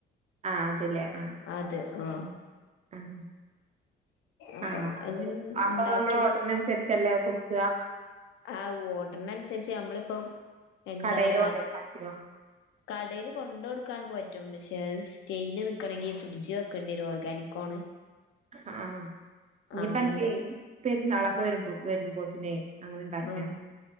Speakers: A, on the right; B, on the left.
A: ആഹ് അത്‌ല്ലേ അഹ് ആഹ്
B: അത്‌ ആഹ്
A: ആഹ്
B: അപ്പം
A: ആഹ് അത്
B: അങ്ങനെ
A: അപ്പൊ
B: ഉണ്ടാക്കി
A: ഞമ്മള് ഓർഡ്രനൻസരിച്ചല്ലേ കൊടുക്ക.
B: ആഹ് ഓഡ്രനൻസരിച്ച് നമ്മളിപ്പം എന്തപറയാ
A: കടേല് കൊണ്ടോയി പറ്റോ
B: കടേല് കൊണ്ടടുക്കാനൊക്കെ പറ്റും പക്ഷെ അത് സ്റ്റെയിൽ നിക്കണെങ്കിൽ ഫ്രിഡ്ജിവെക്കേണ്ടേരും ഓർഗാനികോൺ
A: ആഹ് ഇനിപ്പ
B: അങ്ങനെണ്ട്
A: അൻക്കേയ് പെര്ന്നളക്കെ വരുമ്പോ വരുമ്പോത്തിനേയ് അങ്ങനെണ്ടാക്കിയാതി
B: ആഹ്